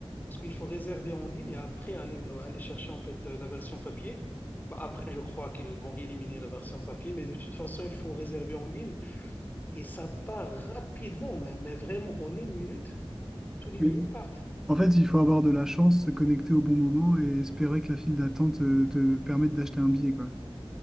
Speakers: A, on the left (about 20°); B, in the centre.
A: Parce qu'il faut réserver en ligne et après aller, euh, aller chercher en fait euh, la version papier. Bah, Après, je crois qu'ils vont éliminer la version papier, mais de toute façon, il faut réserver en ligne. Et ça part rapidement, mais, mais vraiment, en une minute, tous les
B: Oui.
A: billets partent.
B: En fait, il faut avoir de la chance, se connecter au bon moment et espérer que la file d'attente euh, te, permette d'acheter un billet, quoi.